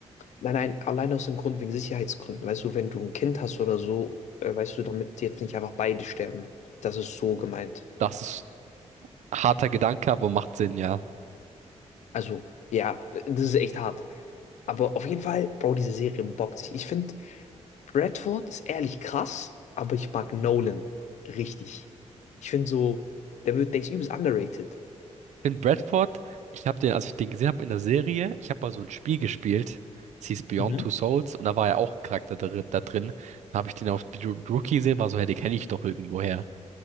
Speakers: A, on the left; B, on the right.
A: Nein, nein, allein aus dem Grund wegen Sicherheitsgründen. Weißt du, wenn du ein Kind hast oder so, äh, weißt du, damit jetzt nicht einfach beide sterben. Das ist so gemeint.
B: Das ist harter Gedanke, aber macht Sinn, ja.
A: Also, ja, das ist echt hart. Aber auf jeden Fall, Bro, diese Serie bockt sich. Ich finde, Bradford ist ehrlich krass, aber ich mag Nolan richtig. Ich finde so, der wird, der ist übelst underrated.
B: In Bradford, ich habe den, als ich den gesehen habe in der Serie, ich habe mal so ein Spiel gespielt, es hieß Beyond
A: Mhm.
B: Two Souls und da war ja auch ein Charakter da, da drin. Da habe ich den auf die Rookie gesehen, war so, hey, den kenne ich doch irgendwoher.